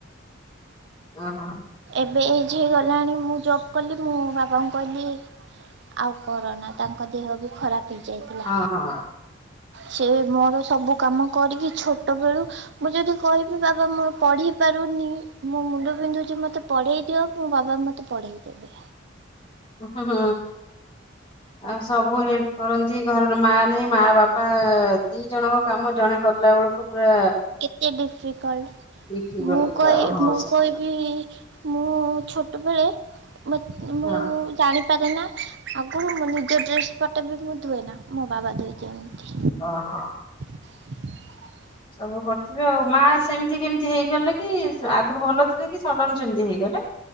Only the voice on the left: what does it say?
ଓ ହୋ।
ହଁ ହଁ
ହଁ ହୁଁ ଆଉ ସବୁ ହେଲ୍ପ କରନ୍ତି ଘରର ମା ନାଇଁ ମା ବାପା ଦି ଜଣଙ୍କ କାମ ଜଣେ କଲା ବେଳକୁ। ପୁରା
ବିକିଗଲୁ
ପୁରା
ହଁ
ସତ
କଥା
ହଁ।
ଓ ହୋ।
ସବୁ କରିଥିବେ ଆଉ ମା ସେମିତି କେମିତି ହେଇଗଲେ କି ଆଗରୁ ଭଲ ଥିଲେ କି ସଡନ ସେମିତି ହେଇଗଲେ।